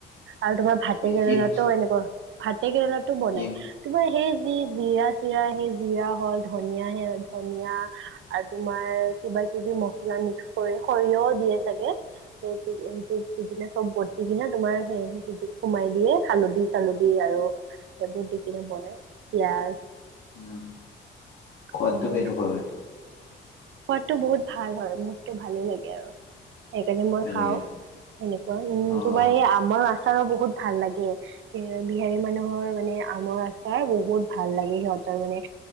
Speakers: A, on the right; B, on the left.
A: আৰু তোমাৰ ভাতে কেৰেলাতো
B: কি মছ
A: এনেকুৱা ভাতে কেৰেলাত টো বনাই।
B: কি
A: তোমাৰ সেই যি জিৰা চিৰা সেই জিৰা হ'ল ধনিয় সে ধনিয়া আৰ তোমাৰ কিবা কিবি মছলা মিক্স কৰি সৰিয়হও দিয়ে চাগে সেই সেইটো দি কিনে চব বতি কিনে তোমাৰ সে <unintelligible> সোমাই দিয়ে হালধি-চালধি আৰু এইবোৰ দি কিনে বনাই পিয়াজ
B: উম সোৱাদটো
A: অ',
B: কেনেকুৱা হয়
A: সোৱাদটো বহুত ভাল হয় মোকতো ভালে লাগে আৰু। সেইকাৰণে মই
B: হয়
A: খাও
B: নেকি
A: সেনেকুৱা উম,
B: অ'।
A: তোমাৰ এই আমৰ আচাৰো বহুত ভাল লাগে এ বিহাৰী মানুহৰ মানে আমৰ আচাৰ বহুত ভাল লাগে সিহঁতৰ মানে